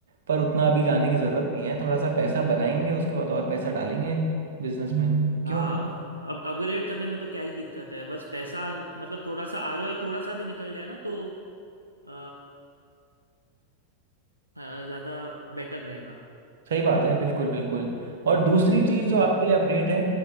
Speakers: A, on the right; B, on the right.
A: पर उतना अभी जाने की जरूरत नहीं है थोड़ा सा पैसा बनाएंगे उसके बाद और पैसा डालेंगे बिजनेस में हम्म। क्यों
B: हाँ अब अपग्रेड करने में तो क्या ही दिक्कत है बस पैसा मतलब थोड़ा सा आरओआई थोड़ा सा भी निकल जाए ना तो अ, अ, ज्यादा बेटर रहेगा
A: सही बात है बिल्कुल बिल्कुल और दूसरी चीज़
B: हम्म
A: जो आपके लिए अपडेट है